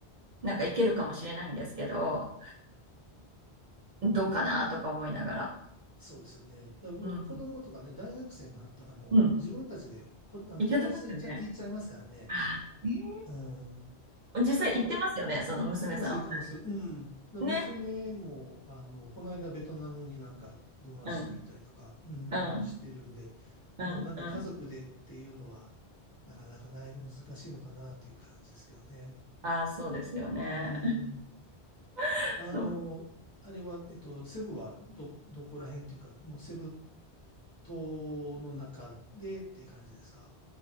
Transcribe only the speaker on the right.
なんか行けるかもしれないんですけど、ん、どうかなとか思いながら。
うん。
うん。
行けてますよね。
あーね
ー実際行ってますよね、
その娘さんお二
人。ね。
うん。
うん。
うん。
うん。
ああ、そうですよね。
<laughs>
そう。